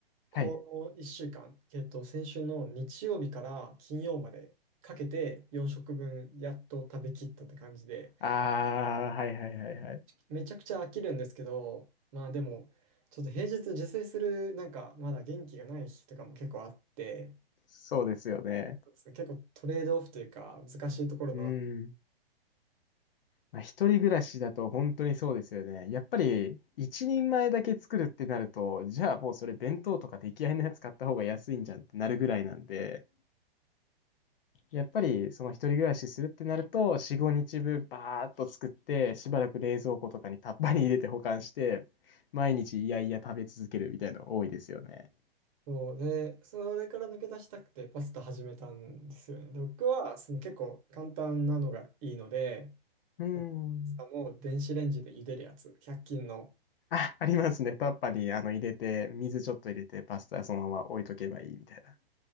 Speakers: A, on the right; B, on the left.
A: この1週間、
B: はい。
A: えっと、先週の日曜日から金曜までかけて、4食分やっと食べきったって感じで、
B: ああ、はいはいはいはい。
A: めちゃくちゃ飽きるんですけど、まあでも、ちょっと平日自炊する、なんかまだ元気がない日とかも結構あって、
B: そうですよね。
A: そうですね結構トレードオフというか難しいところだなって
B: うん。まあ、一人暮らしだと本当にそうですよね。やっぱり一人前だけ作るってなると、じゃあもうそれ弁当とか出来合いのやつ買った方が安いんじゃんってなるぐらいなんで、やっぱりその一人暮らしするってなると、4、5日分バーッと作って、しばらく冷蔵庫とかにタッパーに入れて保管して、毎日いやいや食べ続けるみたいなの多いですよね。
A: そうで、それから抜け出したくてパスタ始めたんですよね。で、僕はその結構簡単なのがいいので、
B: うーん。
A: パスタも電子レンジで茹でるやつ、100均の。
B: あ、ありますね。タッパーにあの入れて、水ちょっと入れて、パスタそのまま置いとけばいいみたいな。